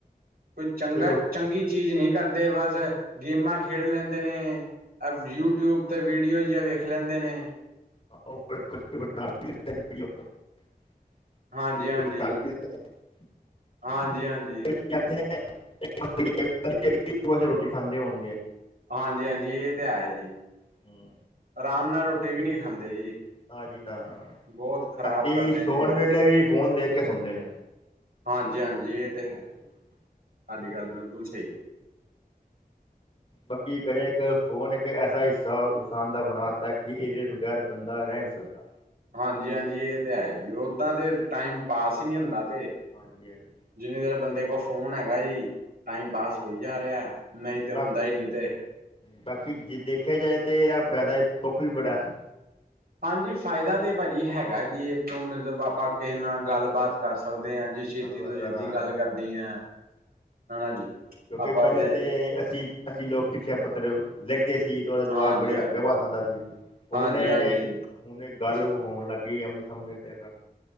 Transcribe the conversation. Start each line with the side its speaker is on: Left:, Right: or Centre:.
Right: ਕੋਈ ਚੰਗਾ
Left: ਫਿਰ ਉਹ
Right: ਚੰਗੀ ਚੀਜ਼ ਨਹੀਂ ਕਰਦੇ, ਬਸ ਗੇਮਾਂ ਖੇਡ ਲੈਂਦੇ ਨੇ। ਐ ਯੂਟਿਊਬ ਤੇ ਵੀਡੀਓ ਜੀਆਂ ਵੇਖ ਲੈਂਦੇ ਨੇ।
Left: ੇ <inaudible> ਹੈ
Right: ਹਾਂਜੀ ਹਾਂਜੀ ਹਾਂਜੀ ਹਾਂਜੀ।
Left: <unintelligible> ਰੋਟੀ ਖਾਂਦੇ ਹੋਣਗੇ।
Right: ਹਾਂਜੀ ਹਾਂਜੀ ਇਹ ਤੇ ਹੈ ਜੀ,
Left: ਹੂੰ
Right: ਆਰਾਮ ਨਾਲ ਰੋਟੀ ਵੀ ਨਹੀਂ ਖਾਂਦੇ ਜੀ।
Left: ਹਾਂਜੀ ਨਾ ਨਾ
Right: ਬਹੁਤ ਖ਼ਰਾਬ
Left: ਰਾਤੀ
Right: ਕਰਦੇ
Left: ਸੋਣ
Right: ਨੇ ਇਹ
Left: ਵੇਲੇ
Right: ਤੇ
Left: ਵੀ, ਫੋਨ ਦੇਖ ਕੇ ਸੋਂਦੇ ਨੇ।
Right: ਹਾਂਜੀ ਹਾਂਜੀ ਇਹ ਤੇ ਹੈ, ਸਾਡੀ ਗੱਲ ਬਿਲਕੁਲ ਸਹੀ।
Left: ਬਾਕੀ ਘਰੇ, ਇੱਕ ਫੋਨ ਇੱਕ ਇੱਕ ਐਸਾ ਹਿੱਸਾ ਇਨਸਾਨ ਦਾ ਬਣਾ ਦਾ, ਕਿ ਇਹਦੇ ਬਗੈਰ ਬੰਦਾ ਰਹਿ ਨਹੀਂ ਸਕਦਾ।
Right: ਹਾਂਜੀ ਹਾਂਜੀ ਇਹ ਤੇ ਹੈ ਜੀ, ਓਦਾਂ ਦੇ ਟਾਈਮ ਪਾਸ ਹੀ ਨਹੀਂ ਹੁੰਦਾ ਤੇ।
Left: ਹਾਂਜੀ ਹਾਂਜੀ
Right: ਜਿੰਨੀ ਦੇਰ ਬੰਦੇ ਕੋਲ ਫੋਨ ਹੈਗਾ ਜੀ, ਟਾਈਮ ਪਾਸ ਹੋਈ ਜਾ ਰਿਹਾ ਨਹੀਂ ਤੇ
Left: ਬਾ
Right: ਹੁੰਦਾ ਹੀ ਨਹੀਂ ਤੇ।
Left: ਬਾਕੀ ਜੇ ਦੇਖਿਆ ਜਾਏ ਤਾਂ, ਇਹਦਾ ਫਾਇਦਾ ਸੁੱਖ ਵੀ ਬੜਾ ਹੈ।
Right: ਹਾਂਜੀ ਫਾਇਦਾ ਤੇ ਭਾਜੀ ਹੈਗਾ ਜੀ, ਇਹ ਤੋਂ ਮਤਲਬ ਆਪਾਂ ਕਿਸੇ ਨਾਲ ਗੱਲਬਾਤ ਕਰ ਸਕਦੇ ਹਾਂ ਜੀ ਛੇਤੀ
Left: ਗੱਲਬਾਤ
Right: ਤੋਂ
Left: ਕਰਨਾ
Right: ਛੇਤੀ
Left: ਹਾਂ
Right: ਗੱਲ ਕਰਨੀ ਹੈ, ਹੈਨਾ ਜੀ।
Left: ਕਿਉਂਕਿ
Right: ਆਪਾਂ
Left: ਪਹਿਲੇ
Right: ਤੇ
Left: ਤਾਂ ਅਸੀਂ ਅਸੀਂ ਲੋਕ ਚਿੱਠੀਆਂ ਪੱਤਰ ਲਿਖਦੇ ਸੀ ਤੇ ਉਹਦਾ ਜਵਾਬ
Right: ਹਾਂਜੀ
Left: ਬੜੀ
Right: ਹਾਂਜੀ
Left: ਹਫ਼ਤੇ ਬਾਦ ਆਉਂਦਾ ਸੀ, ਹੁਣ
Right: ਹਾਂਜੀ-ਹਾਂਜੀ
Left: ਏ ਹੁਣ ਇਹ ਗੱਲ ਹੋਣ ਲੱਗ ਗਈ, ਲੰਮੇ ਸਮੇਂ ਤਕ